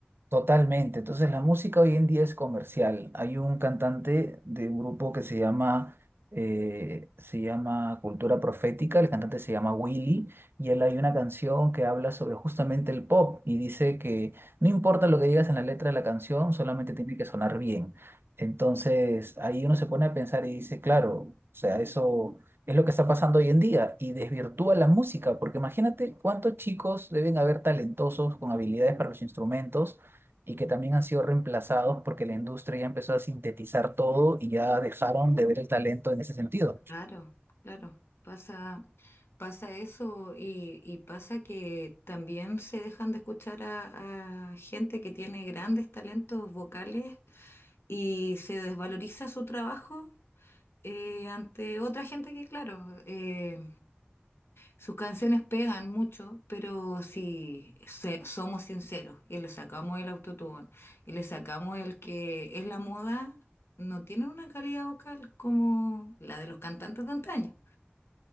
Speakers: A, on the right; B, on the left.
A: Totalmente. Entonces la música hoy en día es comercial. Hay un cantante de un grupo que se llama, eh, se llama Cultura Profética, el cantante se llama Willy, y él hay una canción que habla sobre justamente el pop y dice que no importa lo que digas en la letra de la canción, solamente tiene que sonar bien. Entonces ahí uno se pone a pensar y dice, claro, o sea, eso es lo que está pasando hoy en día y desvirtúa la música, porque imagínate cuántos chicos deben haber talentosos con habilidades para los instrumentos y que también han sido reemplazados porque la industria ya empezó a sintetizar todo y ya dejaron de ver el talento en ese sentido.
B: claro, claro. Pasa, pasa eso y, y pasa que también se dejan de escuchar a, a gente que tiene grandes talentos vocales y se desvaloriza su trabajo eh, ante otra gente que, claro, eh, Sus canciones pegan mucho, pero si se- somos sinceros y le sacamos el autotune y le sacamos el que es la moda, no tienen una calidad vocal como la de los cantantes de antaño.